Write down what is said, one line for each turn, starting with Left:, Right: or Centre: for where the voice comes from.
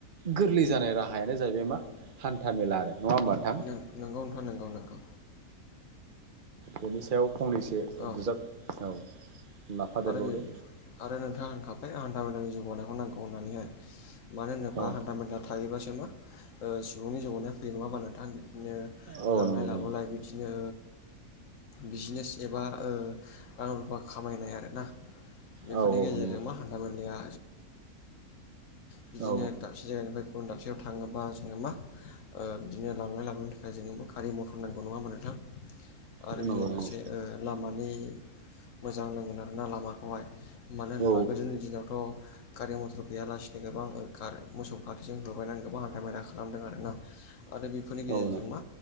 Right: गोरलै जानाय रा हायानो जाहैबाय मा हान्था मेला आरो। होमबा नोंथां
Left: नों नोंगौ नोंथां नोंगौ नोंगौ।
Right: बेनि सायाव फंनैसो
Left: औ
Right: बुजाब औ लाफादेरबावदो
Left: आरो बे आरो नोंथाङा होनखाबाय हान्था मेलानि जौगानायखौ नांगौ होननानैहाय मानो होनोब्ला
Right: औ
Left: हान्था मेला थायोबासो मा ओ सुबुंनि जौगानाया फैयो नङा होनबा नोंथां! बिदिनो
Right: औ
Left: लांलाय
Right: नंगौ नंगौ
Left: लाबोलाय बिदिनो बिजनेस एबा ओ रां रुफा खामायनाय आरोना बेफोरनि
Right: औ औ
Left: गेजेरजों
Right: नंगौ
Left: मा हान्थामेलाया बिदिनो
Right: औ
Left: दाबसे जायगानिफ्राय गुबुन दाबसे आव थाङो बा जोङो मा ओ बिदिनो लांलाय लाबोनो थाखाय जोङो गारि मथर नांगौ नङा होनबा नोथां। आरो
Right: औ
Left: बिदिनो
Right: नंगौ नंगौ
Left: लोगोसे ओ लामानि मोजां नांगौ नालामाखौहाय मानो होनोबा
Right: औ
Left: गोदोनि दिनावथ' गारि मथर गैयालासिनो गोबां गार मोसौ गारिजों होबायनानै गोबां हान्था मेला खालामदों आरोना आरो बेफोरनि
Right: औ
Left: गेजेरजों मा